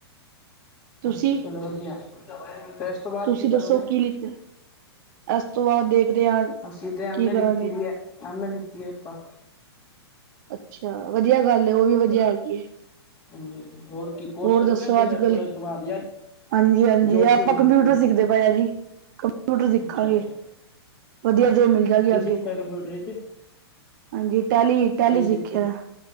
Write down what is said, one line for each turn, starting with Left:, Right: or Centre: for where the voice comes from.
Right: ਤੁਸੀਂ
Left: ਅੱਛਾ। ਚਲੋ ਵਧੀਆ ਤੇ ਇਸ ਤੋਂ ਬਾਅਦ
Right: ਤੁਸੀਂ
Left: ਕੀ
Right: ਦੱਸੋ
Left: ਕਰੋਗੇ।
Right: ਕੀ ਲਿੱਤਾ ਇਸ ਤੋਂ ਬਾਅਦ ਦੇਖਦੇ ਹਾਂ
Left: ਅਸੀਂ ਤੇ ਐਮ
Right: ਕੀ
Left: ਏ
Right: ਕਰਾਂਗੇ
Left: ਲਿੱਤੀ ਦੀ ਹੈ ਐਮ ਏ ਵਦੀਆ ਆਪਾਂ।
Right: ਅੱਛਾ ਵਧੀਆ ਗੱਲ ਉਹ ਵੀ ਵਧੀਆ ਹੈਗੀ ਐ।
Left: ਹਾਂਜੀ-ਹਾਂਜੀ ਹੋਰ। ਕੀ ਕੋਰਸ
Right: ਹੋਰ
Left: ਕਰੋਗੇ
Right: ਦੱਸੋ
Left: ਅੱਗੇ
Right: ਅੱਜ
Left: ਫਿਰ
Right: ਕੱਲ
Left: ਕੋਲਜ ਤੋਂ ਬਾਅਦ ਜਾਂ
Right: ਹਾਂਜੀ-ਹਾਂਜੀ
Left: ਜੋਬ
Right: ਆਪਾਂ
Left: ਜੂਬ ਦੇਖੋਗੇ
Right: ਕੰਪਿਊਟਰ ਸਿੱਖਦੇ
Left: ਕਿਤੇ?
Right: ਪਏਆ ਜੀ। ਕੰਪਿਊਟਰ ਸਿੱਖਾਂਗੇ
Left: ਅੱਛਾ ਅੱਛਾ
Right: ਵਧੀਆ
Left: ਅੱਛਾ
Right: ਜੋਬ ਮਿਲ ਜਾਏਗੀ
Left: ਕੀ
Right: ਅੱਗੇ।
Left: ਸਿੱਖਿਆ ਕੰਪਿਊਟਰ ਵਿੱਚ
Right: ਹਾਂਜੀ ਟੈਲੀ-ਟੈਲੀ
Left: ਕੀ
Right: ਸਿੱਖਿਆ
Left: ਸਿੱਖ
Right: ਦਾ।